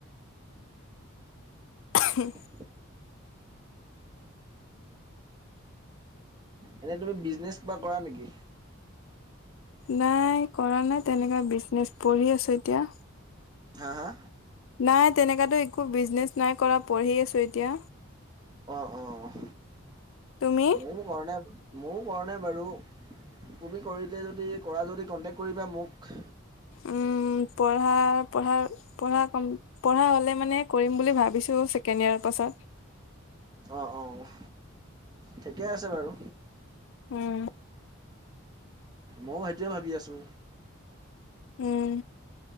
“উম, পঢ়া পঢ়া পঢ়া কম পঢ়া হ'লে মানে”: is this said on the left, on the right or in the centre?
Left